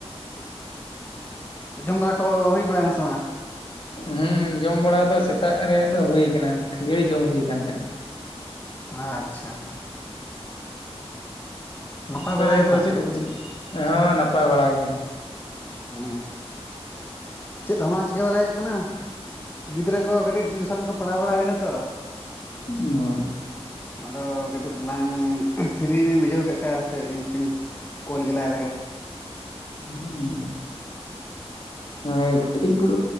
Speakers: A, on the left (about 20°); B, on the left (about 50°).
A: ᱚᱻ ᱡᱚᱢ ᱵᱟᱲᱟ ᱠᱚ ᱦᱩᱭ ᱵᱟᱲᱟᱭᱟ ᱱᱟ ᱥᱮ ᱵᱟᱝ?
B: ᱦᱮᱸ ᱡᱚᱢ ᱵᱟᱲᱟ ᱫᱚ ᱥᱮᱛᱟᱜ ᱨᱮᱭᱟᱜ ᱫᱚ ᱦᱩᱭ ᱠᱟᱱᱟ ᱠᱷᱟᱹᱡᱟᱹᱲᱤ ᱡᱚᱢ ᱦᱩᱭᱩ ᱠᱟᱱ ᱛᱟᱦᱮᱸ-ᱟ
A: ᱟᱪᱪᱷᱟ ᱱᱟᱯᱟᱭ
B: ᱯᱟᱹᱭ
A: ᱵᱟᱲᱟ ᱜᱮᱛᱚ
B: ᱫᱚ ᱪᱮᱫ ᱠᱚᱯᱮ ᱪᱤᱠᱟᱹ ᱦᱚᱸ ᱱᱟᱯᱟᱭ ᱵᱟᱲᱟ ᱜᱮ,
A: ᱦᱚᱸ ᱪᱮᱫ ᱦᱚᱸ ᱵᱟᱝ ᱪᱤᱠᱟᱹ ᱵᱟᱲᱟᱭᱮᱫ, ᱦᱩᱭᱱᱟ ᱜᱤᱫᱽᱨᱟᱹ ᱠᱚ ᱠᱟᱹᱴᱤᱡ ᱴᱤᱭᱩᱥᱚᱱ ᱠᱚ ᱯᱟᱲᱦᱟᱣ ᱵᱟᱲᱟ ᱦᱩᱭᱱᱟ ᱛᱚ
B: ᱚ
A: ᱟᱫᱚ ᱠᱟᱹᱴᱤᱡ ᱛᱟᱞᱟᱝ ᱯᱷᱤᱨᱤ ᱞᱤᱧ ᱵᱩᱡᱷᱟᱹᱣ ᱠᱮᱫ ᱛᱟᱦᱮᱸ ᱦᱟᱯᱮ ᱤᱧ ᱠᱳᱞ ᱜᱮᱞᱟᱭ ᱞᱮᱜᱮ,
B: ᱦᱩᱸ ᱦᱮᱸ ᱠᱟᱹᱴᱤᱡ ᱠᱚ